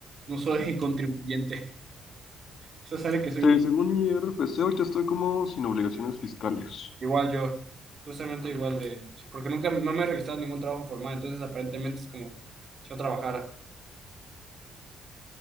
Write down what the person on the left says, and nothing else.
Sí,
según mi RFC, ahorita estoy como sin obligaciones fiscales.